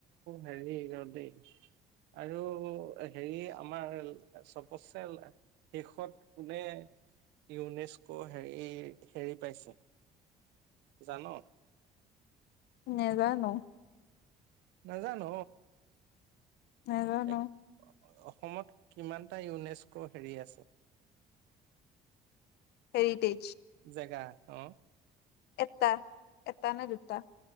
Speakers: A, on the right; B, on the left.
A: হেৰি ৰ দেই আৰু হেৰি আমাৰ চবতচে শেষত কোনে ইউনেস্কো হেৰি, হেৰি পাইছে জান'?
B: নেজানো।
A: নাজান'?
B: নেজানো
A: এক, অ-অসমত কিমান টা ইউনেস্কো হেৰি আছে?
B: টেৰিটি
A: জেগা অ'।
B: এটা। এটানে-দুটা।